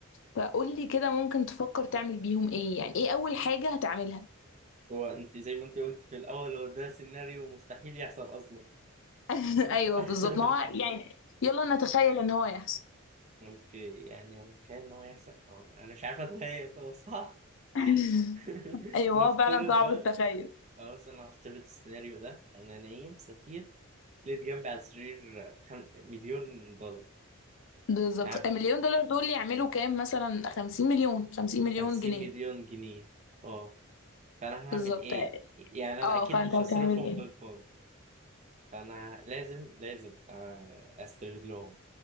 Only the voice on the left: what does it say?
فقول لي كده ممكن تفكر تعمل بيهم ايه يعني ايه اول حاجة هتعملها
<laughs>
ايوه بالظبط ما هو يعني يلا نتخيل ان هو يحصل
<laughs>
ايوه
هو فعلا صعب
التخيل
بالظبط
المليون دولار دول يعملوا كام مثلا 50 مليون 50 مليون
جنيه
بالظبط
اه
فانت
هتعمل
ايه